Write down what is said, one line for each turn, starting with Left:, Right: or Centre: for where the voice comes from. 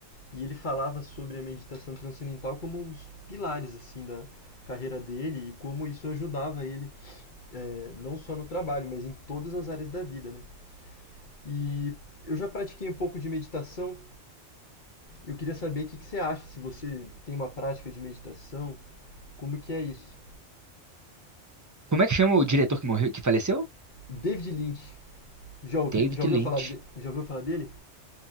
Left: E ele falava sobre a meditação transcendental como um dos pilares assim da carreira dele e como isso ajudava ele eh, não só no trabalho, mas em todas as áreas da vida, né? E eu já pratiquei um pouco de meditação Eu queria saber o que que você acha, se você tem uma prática de meditação, como que é isso?
Right: Como é que chama o diretor que morreu, que faleceu?
Left: David Lynch, já ouvi,
Right: David
Left: já
Right: Lynch.
Left: ouviu falar de- já ouviu falar dele?